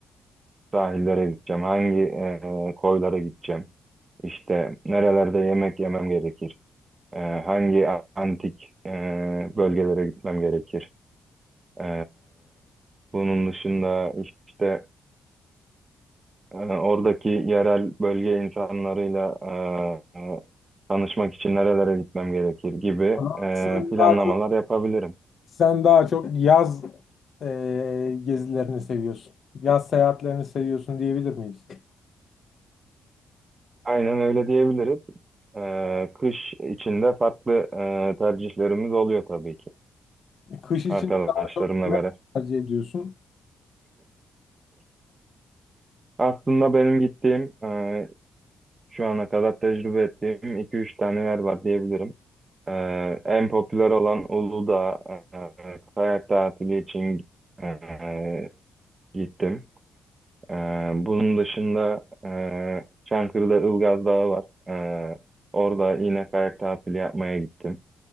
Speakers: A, on the right; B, on the left.
A: sahillere gideceğim, hangi e, koylara gideceğim, işte nerelerde yemek yemem gerekir, e, hangi a- antik e, bölgelere gitmem gerekir. E, bunun dışında işte e, oradaki yerel bölge insanlarıyla e, e, tanışmak için nerelere gitmem gerekir gibi
B: Ama
A: e,
B: Sen
A: planlamalar
B: daha çok
A: yapabilirim.
B: sen daha çok yaz e, gezilerini seviyorsun. Yaz seyahatlerini seviyorsun diyebilir miyiz?
A: Aynen öyle diyebiliriz. E, kış içinde farklı e, tercihlerimiz oluyor tabii ki
B: Kış için
A: arkadaşlarımla
B: daha çok ne
A: beraber.
B: tercih ediyorsun?
A: Aslında benim gittiğim e, şu ana kadar tecrübe ettiğim iki üç tane yer var diyebilirim. E, en popüler olan Uludağ e, kayak tatili için e, gittim. Ee, bunun dışında e, Çankırı'da Ilgaz Dağı var. Ee, orada yine kayak tatili yapmaya gittim.